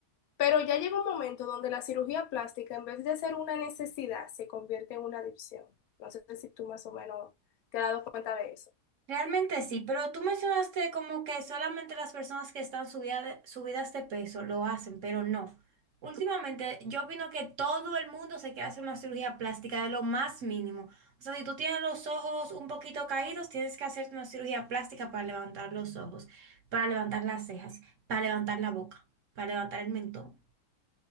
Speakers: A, on the left; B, on the right.
A: pero ya llega un momento donde la cirugía plástica, en vez de ser una necesidad, se convierte en una adicción. No sé si tú más o menos te has dado cuenta de eso.
B: Realmente sí, pero tú mencionaste como que solamente las personas que están subida de- subidas de peso lo hacen, pero no. Últimamente yo opino que todo el mundo se quiere hacer una cirugía plástica de lo más mínimo. O sea, si tú tienes los ojos un poquito caídos, tienes que hacerte una cirugía plástica para levantar los ojos, para levantar las cejas, para levantar la boca, para levantar el mentón.